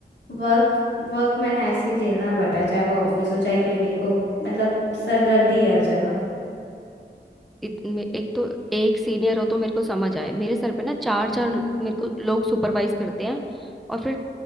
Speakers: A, on the left; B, in the centre.
A: वर्क वर्क में ना ऐसे ही झेलना पड़ता है चाहे वो ऑफिस हो चाहे क्लिनिक हो मतलब सरदर्दी है हर जगह
B: इत, मे- एक तो एक सीनियर हो तो मेरे को समझ आए मेरे सर पे ना चार
A: हम्म
B: चार मेरे को लोग सुपरवाइज करते हैं और फिर